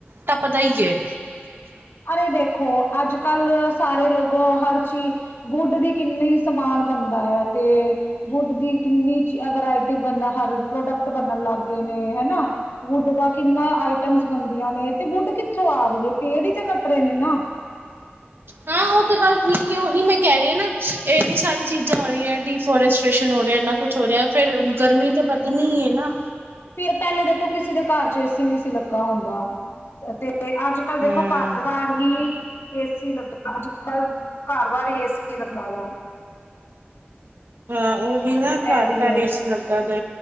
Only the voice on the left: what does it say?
ਅਰੇ ਦੇਖੋ ਅੱਜ ਕੱਲ ਸਾਰੇ ਲੋਕ ਹਰ ਚੀਜ਼ ਵੁੱਡ ਦੀ ਕਿੰਨੀ ਸਮਾਨ ਬਣਦਾ ਹੈ ਤੇ ਵੁੱਡ ਦੀ ਕਿੰਨੀ ਵਰਾਇਟੀ ਬਣਦਾ ਹਰ ਪ੍ਰੋਡਕਟ ਬਨਨ ਲੱਗ ਗਏ ਨੇ ਹਨਾ। ਵੁੱਡ ਦਾ ਕਿੰਨਾ ਆਈਟਮਸ ਬਣਦੀਆਂ ਨੇ ਤੇ ਵੁੱਡ ਕਿੱਥੋਂ ਆ ਰਹੀ ਹੈ? ਪੇੜ ਤੇ ਕਟਰੇੇ ਨਨ
ਫਿਰ ਪਹਿਲੇ ਦੇਖੋ ਕਿਸੇ ਦੇ ਘਰ ਚ ਏ ਸੀ ਨਹੀਂੀ ਸੀ ਲੱਗਾ ਹੁੰਦਾ ਤੇ ਤੇ ਅੱਜ ਕੱਲ ਦੇਖੋ
ਕਾਰ ਵਾਰ ਹੀ ਏਸੀ ਲੱਗਾ ਆਜ ਕਲ ਘਰ ਵਾਰ ਏਸੀ ਲੱਗਾ ਵਾ
ਇਹ ਵੀ
ਹੈ